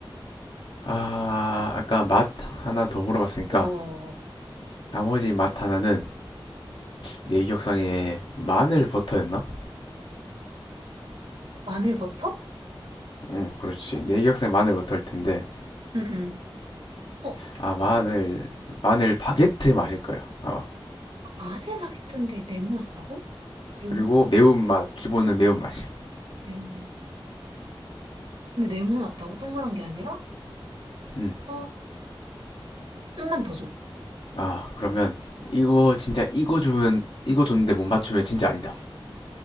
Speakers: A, on the left; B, on the right.
A: 아, 아까 맛 하나 더 물어봤으니까
B: 어, 어, 어.
A: 나머지 맛 하나는 내 기억상에 마늘 버터였나?
B: 마늘 버터?
A: 응, 그렇지. 내 기억상에 마늘 버터일 텐데
B: 응응. 어,
A: 아, 마늘 마늘 바게트 맛일 거야 아마.
B: 마늘 바게트인데 네모났다고? 매운,
A: 그리고 매운맛 기본은 매운맛이야.
B: 매운. 근데 네모났다고? 동그란 게 아니라?
A: 음.
B: 어, 좀만 더 줘.
A: 아, 그러면 이거 진짜 이거 주면 이거 줬는데 못 맞추면 진짜 아니다.